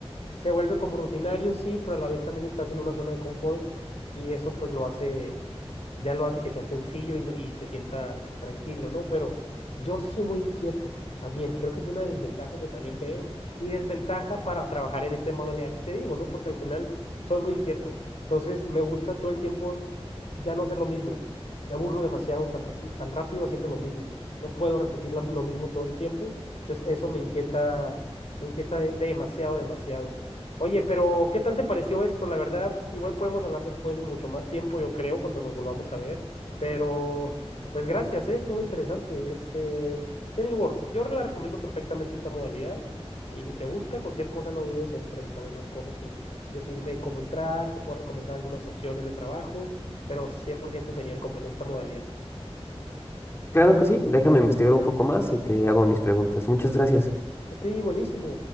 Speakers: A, on the left; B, on the left.
A: se vuelve como rutinario, sí, pero a la vez también estás en una zona de confort y eso pues lo hace, ya lo hace que sea sencillo y, no- y se sienta tranquilo, ¿no? Pero yo sí soy muy inquieto también, creo que es una desventaja que también veo y desventaja para trabajar en esta modalidad que te digo, ¿no? Porque al final soy muy inquieto, entonces me gusta todo el tiempo ya no hacer lo mismo, me aburro demasiado tan, r- tan rápido haciendo lo mismo, no puedo repetir la- lo mismo todo el tiempo, entonces eso me inquieta, me inquieta de- demasiado, demasiado. Oye, pero ¿qué tal te pareció esto? La verdad, igual podemos hablar después y mucho más tiempo, yo creo, cuando nos volvamos a ver. Pero, pues gracias, ¿eh? Estuvo interesante. Este, te digo, yo la recomiendo perfectamente esta modalidad. Y si te gusta cualquier cosa, no dudes en preguntarme más cosas y decirme cómo entrar. Te puedo recomendar algunas opciones de trabajo, pero 100% serían como en esta modalidad.
B: Claro que sí, déjame investigar un poco más y te hago mis preguntas. Muchas gracias.
A: A ti, buenísimo.